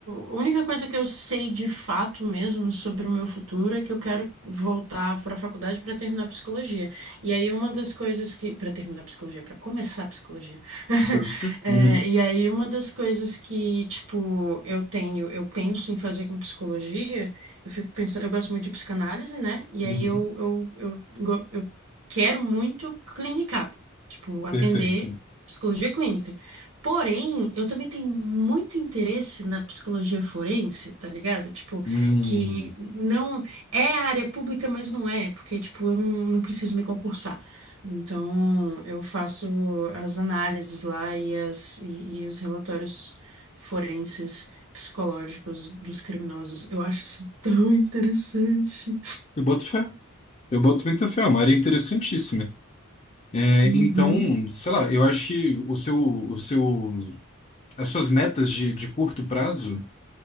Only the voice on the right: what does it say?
A única coisa que eu sei de fato mesmo sobre o meu futuro é que eu quero voltar para a faculdade para terminar psicologia. E aí, uma das coisas que. Para terminar psicologia, para começar psicologia. <laughs>
É,
e aí, uma das coisas que, tipo, eu tenho, eu penso em fazer com psicologia, eu fico pensando. Eu gosto muito de psicanálise, né? E
aí, eu, eu, eu, go- eu quero muito clinicar, tipo, atender
psicologia clínica. Porém, eu também tenho muito interesse na psicologia forense, tá ligado? Tipo,
que não é área pública, mas não é, porque, tipo, eu não, não preciso me concursar. Então, eu faço as análises lá e, as, e, e os relatórios forenses psicológicos dos criminosos. Eu acho isso <laughs> tão interessante.
Uhum.